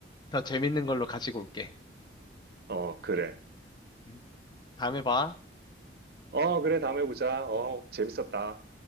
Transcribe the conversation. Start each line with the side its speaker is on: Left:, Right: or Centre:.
Left: 더 재밌는 걸로 가지고 올게.
Right: 어, 그래.
Left: 음, 다음에 봐.
Right: 어, 그래, 다음에 보자. 어, 재밌었다.